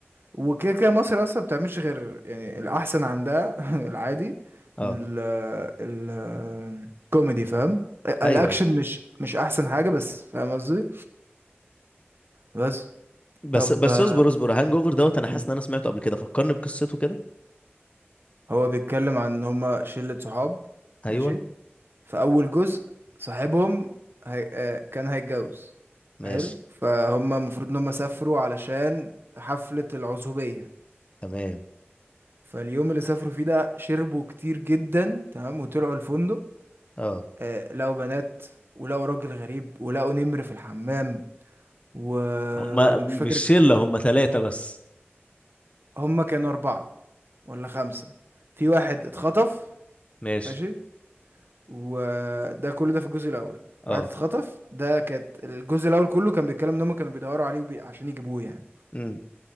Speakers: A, on the right; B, on the left.
A: وكده كده مصر اصلا بتعملش غير يعني الاحسن عندها <laughs> العادي
B: اه
A: ال ال كوميدي فاهم الاكشن
B: ايوه ايوه
A: مش مش احسن حاجه بس فاهم قصدي بس
B: بس
A: طب
B: بس
A: آه،
B: اصبر اصبر هانج اوفر دوت انا حاسس
A: مم.
B: ان انا سمعته قبل كده فكرني بقصته كده
A: هو بيتكلم عن ان هما شله صحاب
B: ايوه
A: ماشي في اول جزء صاحبهم هي... آه، كان هيتجوز
B: ماشي
A: حلو فهم المفروض ان هم سافروا علشان حفله العزوبيه
B: تمام
A: فاليوم اللي سافروا فيه ده شربوا كتير جدا تمام وطلعوا الفندق
B: اه
A: آه، لقوا بنات ولقوا راجل غريب ولقوا نمر في الحمام و...
B: هما
A: ومش
B: مش
A: فاكر
B: شلة هما ثلاثة بس
A: هما كانوا أربعة ولا خمسة في واحد اتخطف
B: ماشي
A: ماشي وده كله ده في الجزء الأول
B: اه
A: واحد اتخطف ده كانت الجزء الأول كله كان بيتكلم إن هما كانوا بيدوروا عليه وبي... عشان يجيبوه يعني
B: امم